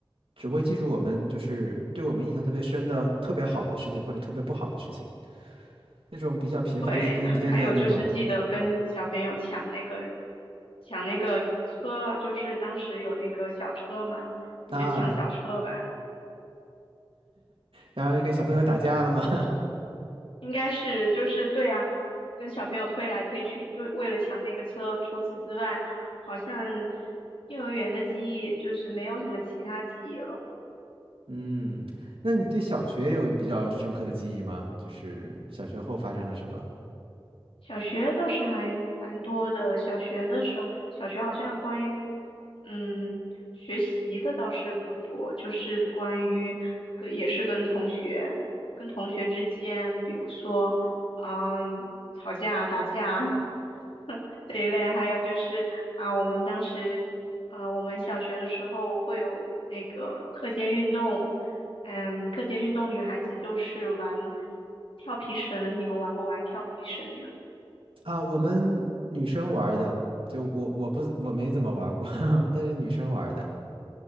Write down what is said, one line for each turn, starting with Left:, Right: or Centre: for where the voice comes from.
Right: 只会记住我们就是对我们印象特别深的、特别好的事情，或者特别不好的事情，那种比较平凡的一天天的那种
Left: 对，<laughs> 还有就是记得跟小朋友抢那个抢那个车，就是当时有那个小车嘛，我们就抢小车玩。
Right: 啊，然后跟小朋友打架了吗？<laughs>
Left: 应该是就是对啊，跟小朋友推来推去，就为了抢那个车。除此之外，好像幼儿园的记忆就是没有什么其他记忆了。
Right: 嗯，那你对小学有比较深刻的记忆吗？就是小学后发生了什么？
Left: 小学倒是还蛮多的。小学的时候，小学好像关于嗯学习的倒是不多，就是关于跟也是跟同学跟同学之间，比如说嗯吵架打架 <laughs> 这一类，还有就是啊我们当时呃我们小学的时候会有那个课间运动，嗯课间运动女孩子就是玩跳皮绳，你们玩不玩跳皮绳呀？
Right: 啊，我们女生玩儿的，就我我不我没怎么玩儿过，<laughs> 但是女生玩儿的。